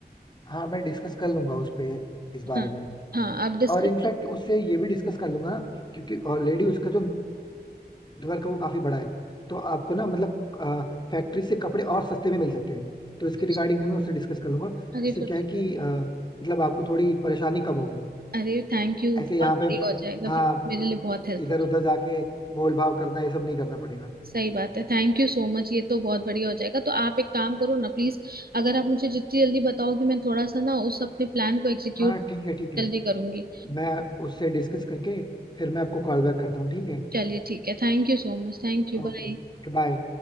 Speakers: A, on the left; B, on the right.
A: हाँ मैं डिस्कस कर लूंगा उस पे इस बारे
B: हाँ
A: में
B: हाँ आप डिस्कस
A: और इनफैक्ट
B: कर
A: उससे ये भी डिस्कस कर लूंगा ना क्योंकि ऑलरेडी उसका जो नेटवर्क है वो काफी बड़ा है तो आपको ना मतलब फैक्ट्री से कपड़े और सस्ते में मिल सकते हैं तो इसके
B: अच्छा
A: रिगार्डिंग में मैं उससे डिस्कस कर लूंगा
B: अरे
A: इससे
B: फिर
A: क्या
B: तो
A: है कि अ, मतलब आपको थोड़ी परेशानी कम होगी
B: अरे थैंक यू
A: ऐसे
B: बहुत
A: यहाँ
B: बढ़िया
A: पे ब-
B: हो जाएगा
A: हाँ
B: फिर तो मेरे लिए बहुत हेल्प
A: इधर उधर जाके मोल भाव करना ये सब नहीं करना पड़ेगा
B: सही बात है थैंक यू सो मच ये तो बहुत बढ़िया हो जाएगा तो आप एक काम करो ना प्लीज अगर आप मुझे जितनी जल्दी बताओगे मैं थोड़ा सा ना उस अपने प्लान को एग्जीक्यूट
A: हाँ ठीक है ठीक है
B: जल्दी करूंगी
A: मैं उससे डिस्कस करके फिर मैं आपको कॉल बैक करता हूँ ठीक है
B: चलिए ठीक है thank you so much thank you
A: Okay
B: bye
A: okay bye